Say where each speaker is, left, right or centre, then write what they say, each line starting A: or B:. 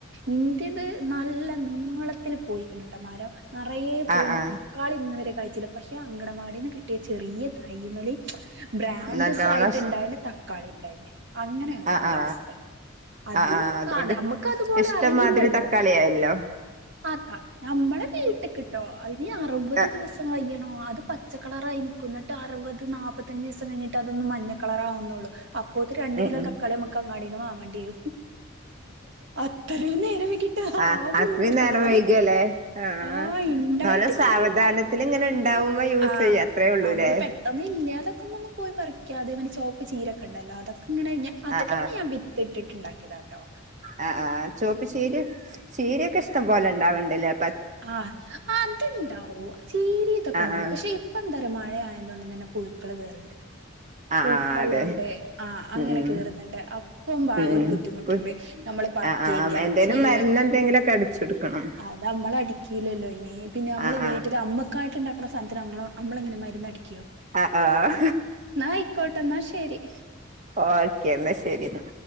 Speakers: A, on the right; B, on the right.
A: ഇന്റത് നല്ല നീളത്തില് പോയ്ക്ക്‌ണ് ട്ടമരൊ, നിറയെ, പൂണ്ടു,
B: ആ ആ
A: തക്കാളി ന്ന് വരെ, കായ്ചീല്ല, പഷേ, അംഗണവാടിന്ന് കിട്ടിയ, ചെറിയ അയ്മലി, ബ്രാഞ്ചസായിട്ട്ണ്ടായിട്ട്,
B: നല്ലോണം
A: തക്കാളി ണ്ടായിന്, അങ്ങനെയാണ്, ഇവിടുത്തെ,
B: ആ ആ
A: അവസ്ഥ. അത്,
B: ആ അതുകൊണ്ട്
A: ആ ഞമ്മക്ക്, അതുപോലെ
B: ഇഷ്ടംമാതിരി
A: അറിയില്ലല്ലോ.
B: തക്കാളിയായല്ലോ
A: അതാ, നമ്മളെ, വീട്ടക്ക് ട്ടോ, അത് അറുവത്,
B: ആ
A: ദിവസം കയ്യണം, അത് പ പച്ചക്കളറായി നിൽക്കുന്നിട്ടൊ അറുപത്, നാപ്പത്തഞ്ചീസം കയിഞ്ഞിട്ട് അതൊന്ന് മഞ്ഞ കളറാവ്ന്നൊള്ളു. അപ്പോത്തെ രണ്ട്
B: ഉം
A: കിലോ
B: ഉം
A: തക്കാളി മ്മക്ക് അങ്ങാടീന്ന് വാങ്ങേണ്ടിരും അത്രയും നേരം വെക്കിട്ട
B: ആഹ്
A: ആവുള്ളു,
B: അത്രയും നേരം
A: സാധന,
B: വൈകിയല്ലേ ആഹ്
A: ആ ഉണ്ടായിട്ട്
B: നല്ല സാവധാനത്തിൽ
A: കാര്യല്ലേ
B: ഇങ്ങനെ ഉണ്ടാവുമ്പോ യൂസ്
A: ആ
B: ചെയ്യ അത്രേ ഉള്ളൂല്ലേ
A: അമക്ക് പെട്ടെന്നില്ലാതാക്ക്മ്പപോ പറിക്ക അതെമാതിരി ചോപ്പ് ചീരൊക്കെണ്ടല്ലോ അതൊക്കെങ്ങനെ ഞ അതൊക്കെ
B: ആഹ്
A: പിന്നെ ഞാൻ വിത്തിട്ടിട്ട് ണ്ടാക്കിയതാട്ടോ.
B: ആ ആ ആ ചോപ്പ് ചീരെ ചീരൊക്കെഷ്ടം പോലെ ണ്ടാവാല് ണ്ട് ലെ.
A: ആ അത്ണ്ടാവും ചീരേതൊക്കെ
B: ആഹ്
A: ണ്ടാവും
B: ആഹ്
A: പക്ഷെ ഇപ്പ എന്താറയ മഴയായതുകൊണ്ട് തന്നെ പുഴു ക്കള് കേറ്ണ്ട്.
B: ആഹ്
A: പുഴുക്കൊള്ളണ്ട്
B: ആഹ് അതെ
A: ആ അങ്ങനെ
B: ഉം ഉം
A: കേറുന്നുണ്ട് അപ്പം
B: ഉം
A: ഒരു
B: ഉം
A: ബുദ്ധിമുട്ടുണ്ട്
B: പു
A: നമ്മള് പറക്കേല്ല
B: ആഹ് ആഹ് എന്തേലും
A: ചീര
B: മരുന്ന് എന്തെങ്കിലുമൊക്കെ അടിച്ചെടുക്കണം
A: അത ക്കില്ലല്ലോ അയ്ന് പിന്നമ്മള്
B: ആഹ്
A: വീട്ടില് അമ്മക്കായിട്ട് ണ്ടാക്ണ സാനത്തില് അമ്മള് എങ്ങനെ മരുന്ന്
B: ആഹ ആഹ.
A: ആയിക്കോട്ടെ എന്നാ ശരി
B: ഓക്കെ എന്നാ ശരി ന്ന.